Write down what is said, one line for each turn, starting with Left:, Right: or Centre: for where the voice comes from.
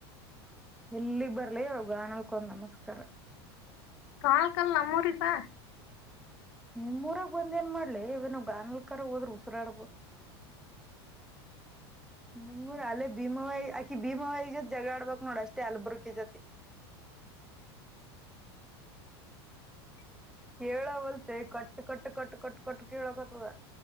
Centre: ಎಲ್ಲಿಗ್ ಬರ್ಲಿ ಗಾನಲ್ಕೊಂದ್ ನಮಸ್ಕಾರ
Left: ಕಾಲ್ ಕಲ್ ನಮ್ಮೂರಿಗ್ ಬಾ
Centre: ನಿಮ್ ಊರಿಗ್ ಬಂದ ಏನ್ ಮಾಡ್ಲಿ ಇವ ನಾವು ಗಾನಲ್ ಕರ ಹೋದ್ರ ಉಸರಾಡ್ಬೋದು
Left: <inaudible>
Centre: ನಿಮೂರ ಅಲ್ಲೇ ಭೀಮಾವಾಯ ಆಕಿ ಭೀಮಾವಿ ಜೊತ್ ಜಗಳ ಆಡ್ಬಬೇಕಕ್ ನೋಡ ಅಷ್ಟೇ ಅಲ್ಬರ್ಕ ಜೊತಿ ಕೇಳವಲ್ತೆ ಕಟ್ ಕಟ್ಟ ಕಟ್ ಕಟ್ಟ ಕಟ್ಟು ಕೇಳಕತದ